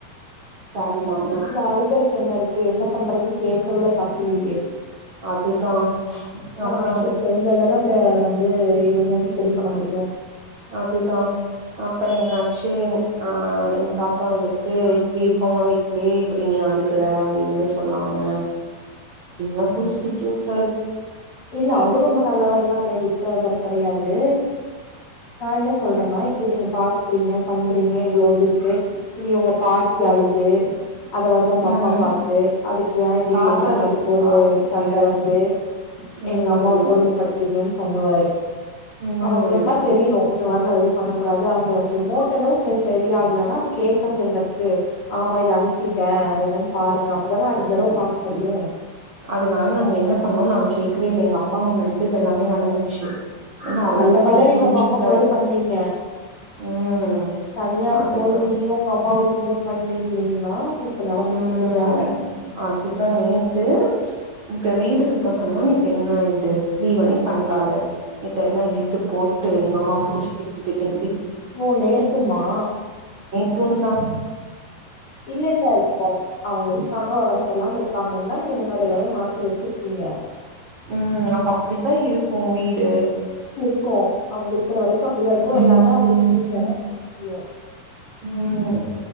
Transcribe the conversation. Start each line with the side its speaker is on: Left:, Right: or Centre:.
Right: தேவயில்லாம
Left: இதுல அழுகறக்கு என்ன இருக்கு என்ன பண்றதுன் கேக் கறதுல தப்பில்லியே
Right: அதுதா அப்ற
Left: ஆச்சுன்னு
Right: வந்து
Left: தெரிஞ்சாதான அத வந்து என்னன் செரி பண்ண முடியு
Right: அதுதா அப்பற என்னாச்சு அ எங்க தாத்தா வந்துட்டு இப்டி இருக்கவுங்க வீட்லயே இப்பிடி நீ அழுகுற அவங்க எதுமே சொல்லாம அப்டின்லா புடிச்சு திட்டி உட்டாரு விட்டாரு
Left: இல்ல அவரு ரொம்ப நல்லவர்லா கெடையாது உத்தவர் கெடையாது நா என்ன சொல்றன்னா இப் ப நீங்க பாக்றிங்க பண்றிங்க இவ்ளோ இது இருக்கு இனி உங்க பாட்டி அழுது அத வந்து உங்க
Right: ம்
Left: அப்பா பாத்து அதுக்கு ஏ இப்டி
Right: பாத்தாரு
Left: கேட்டிங்க அதுக்கு ஒரு
Right: பாத்துட்டு
Left: சண்ட வந்து
Right: ம்
Left: எங்கம்மாவ கொடும படுத் றிங்கன் பண்ணுவாரு
Right: ம்
Left: அவங்களுக்கா தெரியுணு இந்த மாரி நா எதுவு பண்ண கூடாது அவங்க ரிமோட் எதோ ஸ சரி ஆகலனா அது கேக்கறதுல என்ன இருக்கு ஆமா இத அமித்திட்டே அது என்னன் பாருங்க அப்பதான அடுத்த தடவ பாக்க முடியு
Right: அதனால நாங்க என்ன பண்ணோ நாங்க கேக்கவே இல்ல எங்கப்பா முன்னாடிதா இது எல்லாமே நடந்துச்சு ஏன்னா அவரே
Left: நல்ல வேல
Right: கொஞ்சோ
Left: நீங்க
Right: புரிஞ்சுக்கிட்டாரு
Left: உங்க அப்பா முன்னாடி பண்ணீங்க
Right: ம்
Left: தனியா இருக்கும்போது
Right: அதுதா
Left: நீயு உங்க அம்மாவு இருக்கும்போது பண்ணிருந்திங்னா இப்ப நடந்திருக்றதே
Right: ம்
Left: வேற
Right: அதுதா நேத்து இப்ப வீடு சுத்தம் பண்ணுனு இப்ப என்ன இது லீவ் அன்னைக் பண்லால நேத்தெல்லா இழுத்து போட்டு எங்க அம்மாவ புடிச்சு திட்டு திட்டுன்
Left: ஓ நேத்துமா
Right: தும்தா
Left: இல்ல இல்ல இப்பவ அவங்க இருக்காங்க ஒடம்பு சரியில்லாம இருக்காங்கன்னுதா நீங்க முன்னாடி எல்லாமே மாத்தி வச்சிருப்பீங்க
Right: ம் அப்ப அப்டித்தா இரு க்கு வீடு
Left: க்கு அவங்க இருக்குற வரைக்கு அப்டிதா இருக்கு எல்லாமே அவங்களுக்கு ஈஸியாதா தெரியு
Right: ம்